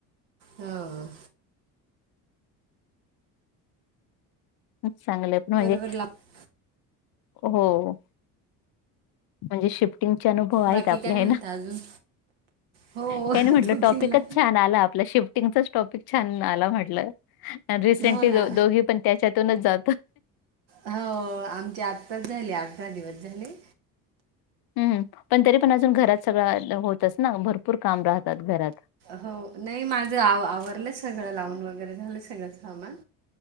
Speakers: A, on the right; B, on the left.
A: हा.
B: चांगला पण म्हणजे
A: बरोबर लाव
B: हो. म्हणजे शिफ्टिंग चे अनुभव आहेत
A: बाकी
B: आपले
A: काय
B: हे
A: म्हणता
B: ना.
A: अजून हो
B: का नाही
A: दोघींना
B: म्हंटलं टॉपिकच छान आला आपल्याशी. टॉपिक छान आला म्हटलं रिसेंटली
A: हो ना
B: दोघी पण त्याच्यातूनच जातो.
A: हो आमचे आत्ताच झाली आठ-दहा दिवस झाले.
B: हम्. पण तरी पण घरात सगळं होतच ना भरपूर काम राहतात घरात.
A: हो नाही माझं आव आवरलं सगळं लावून वगैरे झालं सगळं सामान.